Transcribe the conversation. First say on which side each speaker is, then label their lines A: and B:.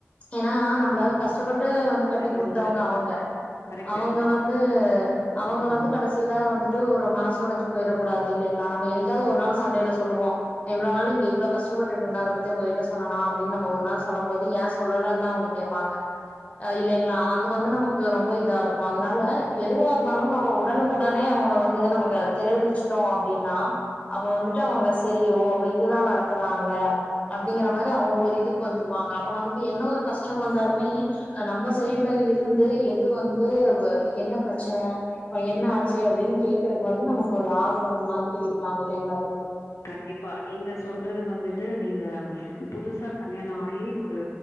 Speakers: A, on the left (about 25°); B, on the left (about 80°).
A: ஏனா நம்மள கஷ்டப்பட்டு வந்து கட்டிககுடுத்தவங்க
B: அது உங்களுக்கு
A: அவங்க
B: கரெக்ட்டு.
A: அவங்க வந்து அவங்க
B: ம்,
A: வந்து
B: ம்.
A: கடசி த்தினா வந்துட்டு ஒரு மனசொடஞ்சி போயிடக்கூடாது இல்லிங்களா நம்ப என்னூக்காவது ஒரு நாள் சண்டைல சொல்லுவோ நா இவ்ளோ நாள் இங்க இவ்ளோ கஷ்டப்பட்டுட்ருந்தா அதபத்தி உங்க கிட்ட சொன்னனா அப்படின நம்ம ஒரு நாள் சொல்லம்போது ஏன் சொல்லன்தா அவுங்க கேப்பாங்க அ இல்லிங்களா அது வந்து நமக் கு ரொம்ப இதாருக்கு அதுனால எதுவாருந்தாலும்அவுங்க உடனுக்குடனே அவுங்கள வந்து நமக்கு தெரிவிச்சுட்டோ அப்டின்னா அப்ப வந்துட்டு அவங்க செரி ஓ அப்ப இதுதா நடக்குதா அங்க அப்டிங்கிற மாரி அவங்க ஒரு இதுக்கு வந்துருவாங்க அப்ப நமக்கு என்ன ஒரு கஷ்டம் வந்தாலுமே அ நம்ம சைடுல இருந்து எது வந்து வ என்ன பிரச்சன அ என்ன ஆச்சு அப்டின்னு கேக்குறதுக்கு வந்து நமக்கு ஒரு ஆதரவு மாதிரி இருப்பாங்க இல்லைங்ளா
B: கண்டிப்பா நீங்க சொல்றது வந்துட்டு நீங்க ம் புதுசா கல்யாண ஆயி ஒரு